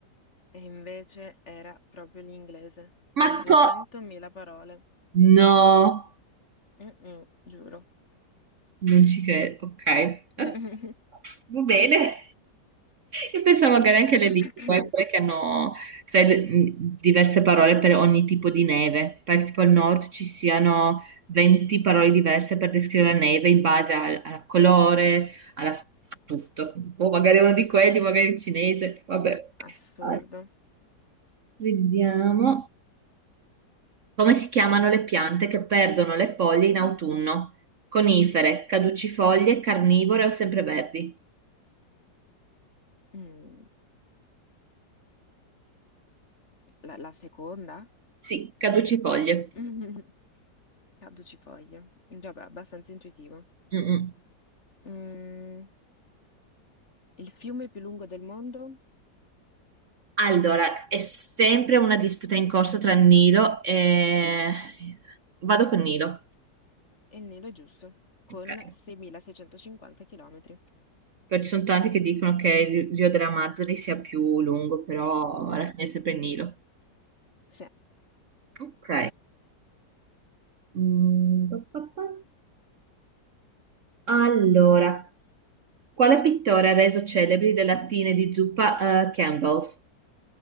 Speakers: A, on the left (about 40°); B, on the right (about 55°).
A: E invece era proprio l'inglese, con
B: Ma
A: 200.000
B: co-
A: parole.
B: No!
A: Mm-mm, giuro.
B: Non ci credo, ok.
A: <laughs>
B: Ok,
A: Mm-mm.
B: Va bene. Io pensavo magari anche
A: <coughs>
B: le lingue, quelle che hanno sai, le- mh, diverse parole per ogni tipo di neve, perché tipo al nord ci siano 20 parole diverse per descrivere la neve in base al, al colore, alla tutto. O magari uno di quelli, magari il cinese, vabbè.
A: Assurdo.
B: Allora, Vediamo come si chiamano le piante che perdono le foglie in autunno. Conifere, caducifoglie, carnivore o sempreverdi?
A: Mm. La, la seconda?
B: Sì, caducifoglie.
A: <laughs> Mm. Caducifoglie. Vabbè, abbastanza intuitivo.
B: Mm, mm.
A: Mm, Il fiume più lungo del mondo?
B: Allora, è sempre una disputa in corso tra Nilo e... Vado con Nilo.
A: e il nero è giusto, con
B: Ok.
A: 6.650 chilometri.
B: Poi ci sono tanti che dicono che il Rio delle Amazzoni sia più lungo, però
A: Mm,
B: alla fine è sempre Nilo.
A: sì,
B: Ok. Mm, pa, pa, pa. Allora, quale pittore ha reso celebri le lattine di zuppa eh, Campbell's?